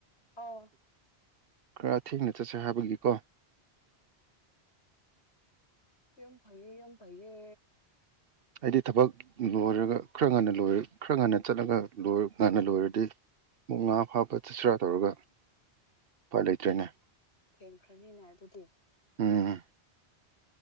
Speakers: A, on the left; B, on the right.
A: ꯑꯧ
B: <unintelligible> ꯊꯦꯡꯅ ꯆꯠꯁꯦ ꯍꯥꯏꯕꯒꯤꯀꯣ
A: ꯌꯝ ꯐꯌꯦ ꯌꯝ ꯐꯌꯦ꯫
B: ꯑꯩꯗꯤ ꯊꯕꯛ ꯂꯣꯏꯔꯒ ꯈꯔ ꯉꯟꯅ ꯂꯣꯏ ꯈꯔ ꯉꯟꯅ ꯆꯠꯂꯒ ꯂꯣꯏ ꯉꯟꯅ ꯂꯣꯏꯔꯗꯤ ꯃꯨꯛ ꯉꯥ ꯐꯥꯄ ꯆꯠꯁꯤꯔꯥ ꯇꯧꯔꯒ ꯄꯥꯏ ꯂꯩꯇꯔꯦꯅꯦ
A: ꯊꯦꯡꯈ꯭ꯔꯅꯤꯅꯦ ꯑꯗꯨꯗꯤ
B: ꯎꯝ